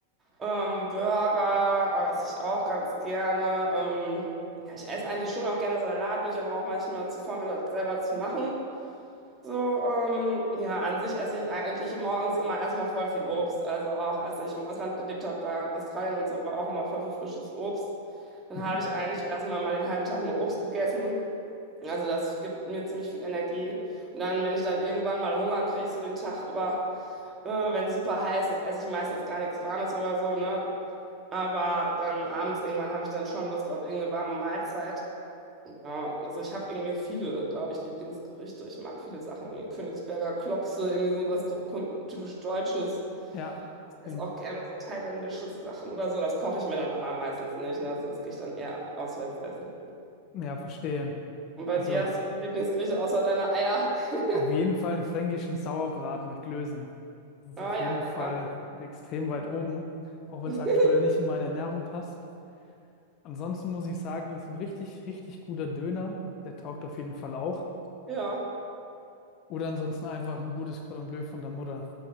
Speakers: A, on the right; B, on the left.
A: Ähm, Burger esse ich auch ganz gerne. Ähm, ja, ich esse eigentlich schon auch gerne Salat, bin ich aber auch manchmal zu faul, mir das selber zu machen. So, ähm, ja, an sich esse ich eigentlich morgens immer erstmal voll viel Obst. Also auch als ich im Ausland gelebt habe, da in Australien und so, war auch immer voll viel frisches Obst. Dann
B: Mhm.
A: habe ich eigentlich erstmal mal den halben Tag nur Obst gegessen. Also das gibt mir ziemlich viel Energie. Und dann, wenn ich dann irgendwann mal Hunger kriege, so den Tag über, äh, wenn es super heiß ist, esse ich meistens gar nichts Warmes oder so, ne? Aber dann abends irgendwann habe ich dann schon Lust auf irgendeine warme Mahlzeit. Ja, also ich habe irgendwie viele, glaube ich, Lieblingsgerichte. Ich mag viele Sachen, irgendwie Königsberger Klopse, irgendwie so was so typisch Deutsches.
B: Ja, das
A: Ist auch gerne so thailändische Sachen oder so. Das koche ich mir dann aber meistens nicht, ne? Das, das gehe ich dann eher auswärts essen.
B: ja, verstehe.
A: Und
B: Also
A: bei dir hast du so Lieblingsgerichte außer deiner Eier? <laughs>
B: auf jeden Fall einen fränkischen Sauerbraten mit Klößen. Das ist
A: Ah
B: auf
A: ja,
B: jeden
A: lecker.
B: Fall extrem weit oben, auch wenn
A: <laughs>
B: es aktuell nicht in meine Ernährung passt. Ansonsten muss ich sagen, ist ein richtig, richtig guter Döner. Der taugt auf jeden Fall auch.
A: Ja.
B: Oder ansonsten einfach ein gutes Cordon Bleu von der Mutter.